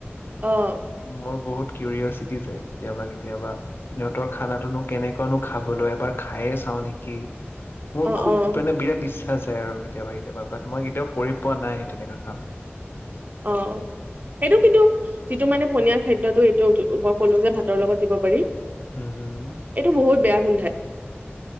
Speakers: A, on the right; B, on the left.
A: অ',
B: মোৰ বহুত। কিউৰিয়চিটি যায় কেতিয়াবা, কেতিয়াবা ইহঁতৰ খানাটোনো কেনেকুৱানো খাবলৈ? এবাৰ খায়েই চাওঁ নেকি? মোৰ
A: অ',
B: খুব
A: অ',
B: মানে বিৰাট ইচ্। ছা যাই আৰু কেতিয়াবা, কেতিয়াবা বাট মই কেতিয়াও কৰি পোৱা নাই তেনেকুৱা কাম।
A: অ সেইটো কিন্তু যিটো মানে পনীয়া। খাদ্যটো এইটো মই ক'লো যে ভাতৰ লগত দিব পাৰি।
B: হুম হুম
A: এইটো বহুত বেয়া গোন্ধাই।